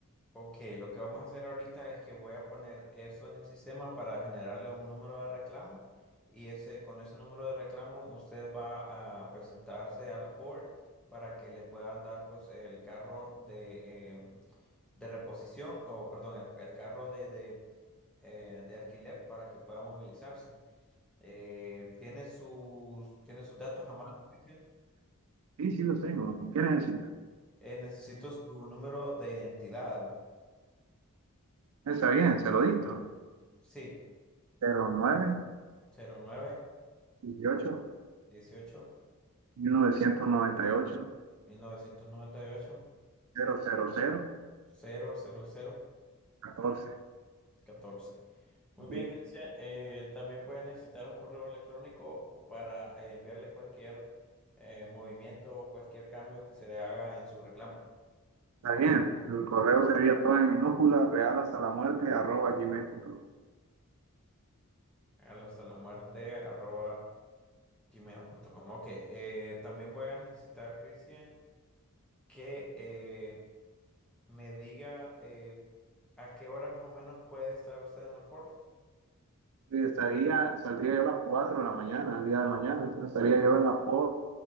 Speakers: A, in the centre; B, on the right (about 75°).
A: Ok, lo que vamos a hacer ahorita es que voy a poner eso en el sistema para generarle un número de reclamo y ese, con ese número de reclamo usted va a presentarse a la Ford para que le puedan dar pues el carro de, em, de reposición o perdón, el, el carro de, de, eh, de alquiler para que pueda movilizarse. Eh, ¿tiene sus, tiene sus datos a mano? Cristian?
B: Sí, sí, los tengo. ¿Qué necesitas?
A: Eh, necesito su número de identidad.
B: Está bien, se lo dicto.
A: Sí,
B: cero nueve
A: cero nueve
B: dieciocho
A: dieciocho
B: mil novecientos noventa y ocho
A: mil novecientos noventa y ocho
B: cero cero cero
A: cero cero cero
B: catorce
A: catorce Muy
B: 10.
A: bien, Cristian. Eh, también voy a necesitar un correo electrónico para eh, enviarle cualquier eh, movimiento o cualquier cambio que se le haga en su reclamo.
B: Está bien, el correo sería todo en minúscula, real hasta la muerte, arroba gmail.com.
A: al Hasta la muerte, arroba gmail.com. Ok, eh, también voy a necesitar, Cristian, que eh, me diga eh, a qué hora más o menos puede estar usted en la Ford.
B: Y estaría, saldría yo a las 4 de la mañana, el día de mañana, entonces estaría yo en la por